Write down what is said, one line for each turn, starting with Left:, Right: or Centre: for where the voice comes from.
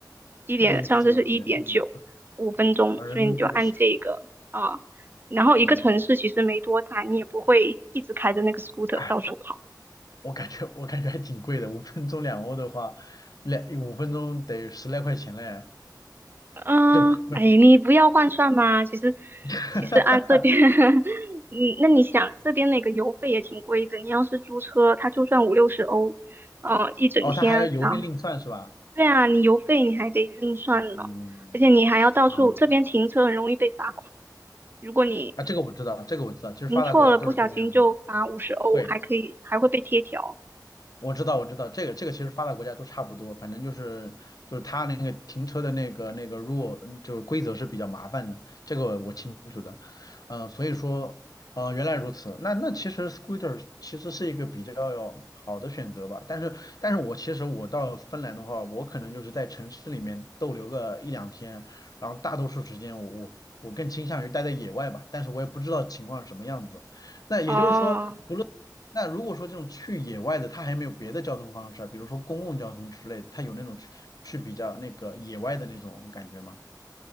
Right: 一点上次是一点九，
Left: 一点几欧元，嗯，
Right: 五分钟，
Left: 啊人民币是
Right: 所以你就按这个啊、然后一个城市其实没多大，
Left: 哦。
Right: 你也不会一直开着那个 scooter
Left: 哎
Right: 到处跑。
Left: 我感觉我感觉还挺贵的，五分钟两欧的话，两五分钟得十来块钱嘞，
Right: 嗯，
Left: 就不是
Right: 哎，你不要换算嘛。其实，
Left: <laughs>，
Right: 其实按这边，<laughs> 嗯，那你想这边那个油费也挺贵的。你要是租车，它就算五六十欧，嗯，一整天。
Left: 哦，他还要邮费另算是吧？
Right: 然后对啊，你油费你还得另算呢，
Left: 嗯
Right: 而且你还要到处，
Left: 嗯，
Right: 这边停车很容易被罚款。如果你
Left: 啊，这个我知道，这个我知道，其实发达国家都是这个样子的，
Right: 停错了，不小心就罚五十欧，
Left: 对。
Right: 还可以还会被贴条。
Left: 我知道，我知道，这个这个其实发达国家都差不多，反正就是就是他那个停车的那个那个 rule，嗯就是规则是比较麻烦的，这个我清楚的，嗯、所以说，呃，原来如此，那那其实 scooter 其实是一个比较好的选择吧，但是但是我其实我到芬兰的话，我可能就是在城市里面逗留个一两天，然后大多数时间我我我更倾向于待在野外吧，但是我也不知道情况是什么样子。那也就是说，
Right: 哦，
Left: 那如果说这种去野外的，它还没有别的交通方式啊，比如说公共交通之类的，它有那种去去比较那个野外的那种感觉吗？